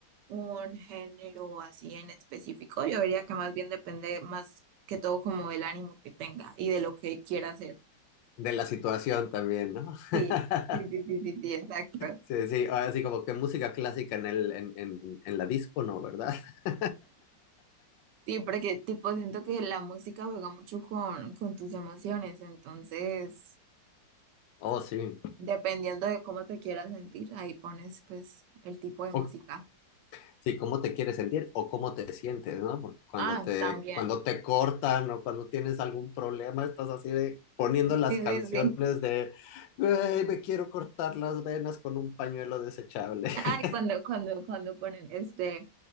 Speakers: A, on the right; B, on the left.
A: un género así en específico, yo diría que más bien depende más que todo como del ánimo que tenga y de lo que quiera hacer.
B: De la situación también, ¿no?
A: Sí,
B: <laughs>
A: sí, sí, sí, sí, sí, exacto.
B: Sí, sí, así como que música clásica en el, en, en, en la disco, ¿no? ¿Verdad? <laughs>
A: Sí, porque tipo siento que la música juega mucho con, con tus emociones, entonces
B: Oh, sí.
A: dependiendo de cómo te quieras sentir, ahí pones pues el tipo de música.
B: O- Sí, cómo te quieres sentir o cómo te sientes, ¿no? Porque cuando
A: Ah,
B: te,
A: también.
B: cuando te cortan o cuando tienes algún problema, estás así de poniendo las
A: Sí, sí,
B: canciones
A: sí.
B: de "Güey, me quiero cortar las venas con un pañuelo desechable. <laughs>
A: Ay, cuando, cuando, cuando ponen este